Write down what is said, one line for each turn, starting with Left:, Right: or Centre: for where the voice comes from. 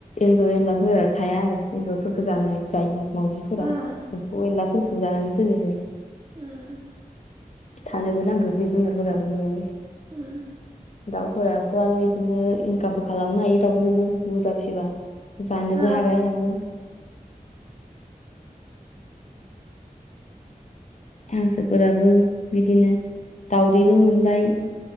Left: एन्जर एनलाफोरा थाया आरो एन्जरफोरखौ जानाय जायो मावजिफोरा
Right: ओं
Left: एमफौ एनलाफोरखौ जानानै फोजोबो।
Right: उम
Left: थानोबो नांगौ जिब जुनारफोराबो न'आव
Right: ओम
Left: दाउफोरथ' आरो बिदिनो इनकामबो खालामनो हायो दाउजोबो बुरजा फिबा जानोबो
Right: ओं
Left: हाबाय आरो उम हांसोफोराबो बिदिनो दउदैबो मोनबाय